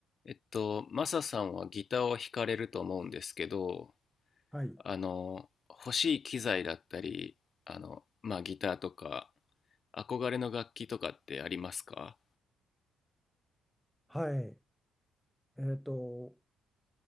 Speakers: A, on the left (about 50°); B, in the centre.
A: えっと、マサさんはギターを弾かれると思うんですけど、
B: はい。
A: あの、欲しい機材だったり、あの、まあ、ギターとか、憧れの楽器とかってありますか
B: はい。えっと、